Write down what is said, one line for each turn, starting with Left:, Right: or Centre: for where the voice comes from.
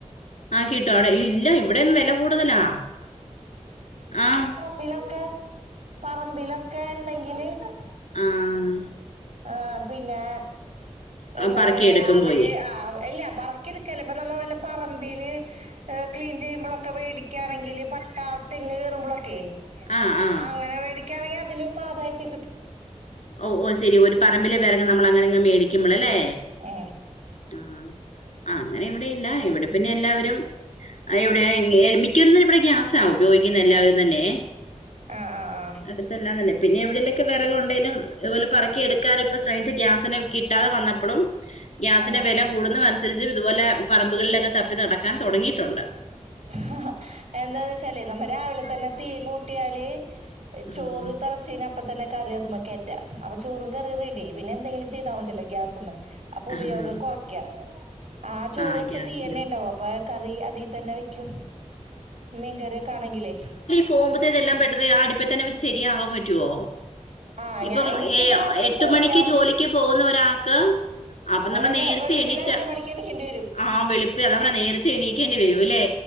Left: ആഹ്, കിട്ടോ? അവിടെ ഇല്ല ഇവിടെന്ന് വില കൂടുതലാ, ആഹ്
Right: തി ലൊക്കെ, പറമ്പിലൊക്കെ ണ്ടെങ്കില്, വി
Left: ആഹ്
Right: ആഹ്, പിന്നെ
Left: ആ,
Right: എന്താ
Left: പറക്കിയെടുക്കും
Right: പറയാ, അവര്
Left: പോയി
Right: ആഹ്, എല്ല പറ എടുക്ക നമ്മള വല്ല പറമ്പിൽ ക്ലീൻ ചെയ്യുമ്പോളൊക്കെ, വെടിക് ക്കെ ആണെങ്കില് പട്ട തെങ്ങ് കേറുമ്പളൊക്കെ,
Left: ആ ആ
Right: അങ്ങനെ മേടി ക്കെയാണെങ്കിൽ അതിലും ആദായത്തിൽ കിട്ടും.
Left: ഓഹ് ഓഹ് ശരി ഓര് പറമ്പിലേ വരക് നമ്മൾ അങ്ങനെങ്ങ് മേടിക്കുമ്പളല്ലേ?
Right: ആഹ്
Left: ആഹ്, അങ്ങനിവിടെയില്ല. ഇവിടെ പിന്നെ, ല്ലാവരും. എവിടെ, മിക്കവരുന്നരും ഇവിടെ ഗ്യാസാ ഉപയോഗിക്കുന്നെ ല്ലാവരും തന്നെ.
Right: ആഹ് ആഹ്
Left: അടുത്തല്ലാം തന്നെ. പിന്നെ, ഇവിടെലൊക്കെ വിറകുണ്ടെലും അതുപോലെ, പറക്കി എടുക്കനു ഇപ്പ ഗ്യാസിനെ കിട്ടാതെ വന്നപ്പോഴും, ഗ്യാസിന്റെ
Right: ആഹ്
Left: വെല കൂടുന്നനുസരിച്ച്, ഇതുപോലെ പറമ്പുകളിലൊക്കെ, തപ്പി നടക്കാൻ തുടങ്ങിട്ടുണ്ട്.
Right: ഹ ഹ ഹ എന്താന്ന് വെച്ചാലേ നമ്മ രാവിലെ തന്നെ തീ കൂട്ടിയാല്
Left: ആഹ്
Right: ചോറ് തല ചന അപ്പ തന്നെ കറി അതുംമെക്കയറ്റ അപ്പ ചോറും കറി റെഡിയായി പിന്നെന്തങ്കിലും ചെയ്താമതിയല്ലോ ഗ്യാസുമേ അപ്പൊപയോഗം
Left: ആഹ്
Right: കുറയക്ക ആ ചോറ്
Left: ആഹ്
Right: വെച്ച
Left: ഗ്യാസിന്റെ
Right: തീയന്നെണ്ടാവും അ പ്പൊ കറി അതിൽ തന്നെ വെക്കും മീൻകറിയൊക്കെ ആണെങ്കിലേ
Left: പോകുമ്പത്തനെല്ലാം പെട്ടന്ന് ആ അട്പ്പത്തന്നെ ശരിയാവാൻ പറ്റോ
Right: ആ
Left: ഇപ്പം
Right: ഞാ എനിക്കിപ്പ
Left: ഈ
Right: അങ്ങടും
Left: എട്ട്മണിക്ക്
Right: പോണില്ല
Left: ജോലിക്ക് പോകുന്നൊരാൾക്ക് അപ്പൊ നമ്മൾ
Right: വല്ല
Left: നേരത്തെ
Right: വെളുപ്പിന്
Left: എണീറ്റ
Right: അഞ്ച് മണിക്ക് എണിക്കേണ്ടി വരും
Left: ആ വെളി പ്പിന് അതമ്മ നേരത്തെ എണീക്കേണ്ടി വരൂല്ലേ